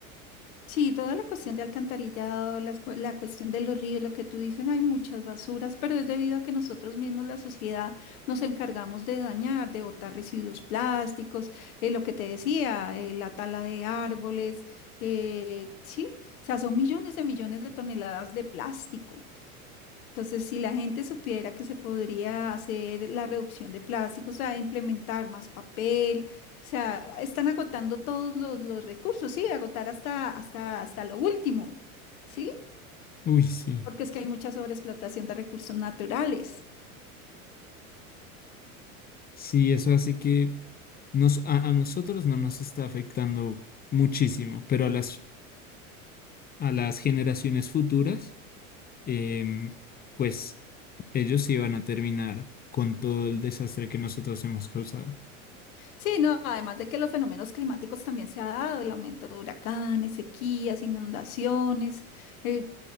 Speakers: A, on the left; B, on the left.
A: Sí, toda la cuestión de alcantarillado, las cue- la, cuestión de los ríos, lo que tú dices, hay muchas basuras, pero es debido a que nosotros mismos, la sociedad, nos encargamos de dañar, de botar residuos plásticos, eh, lo que te decía, eh, la tala de árboles, eh, sí, o sea, son millones de millones de toneladas de plástico. Entonces, si la gente supiera que se podría hacer la reducción de plásticos, o sea, implementar más papel, o sea, están agotando todos los, los recursos, sí, agotar hasta, hasta, hasta lo último, ¿sí?
B: Uy, sí.
A: Porque es que hay mucha sobreexplotación de recursos naturales.
B: Sí, eso hace que nos, a, a nosotros no nos está afectando muchísimo, pero a las, a las generaciones futuras em, pues ellos iban a terminar con todo el desastre que nosotros hemos causado.
A: Sí, no, además de que los fenómenos climáticos también se ha dado, el aumento de huracanes, sequías, inundaciones, eh,